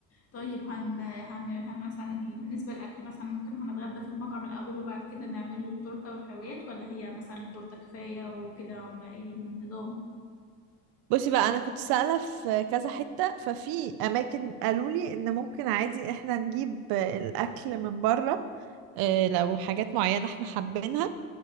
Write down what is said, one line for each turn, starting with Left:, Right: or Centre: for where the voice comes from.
Left: طيب هن هن, هن مثلا ال- بالنسبة للأكل مثلا ممكن هنتغدى في المطعم الأول وبعد كده نعمل له التورتة والحلويات ولا هي مثلا التورتة كفاية وكده ولا ايه النظام
Right: بصي بقى أنا كنت سائلة في كذا حتة ففي أماكن قالوا لي إن ممكن عادي إحنا نجيب الأكل من بره آه لو حاجات معينة إحنا حابينها